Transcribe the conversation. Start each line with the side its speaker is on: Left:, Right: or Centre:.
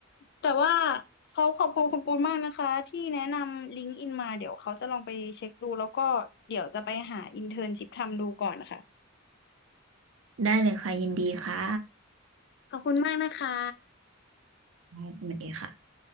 Left: แต่ว่าเขาขอบคุณคุณปูนมากนะคะที่แนะนำลิงก์อินมาเดี๋ยวเขาจะลองไปเช็คดูแล้วก็เดี๋ยวจะไปหาอินเทิร์นชิพทำดูก่อนนะคะ
Right: ได้เลยค่ะยินดีค่ะ
Left: ขอบคุณมากนะคะ
Right: ค่ะสวัสดีค่ะ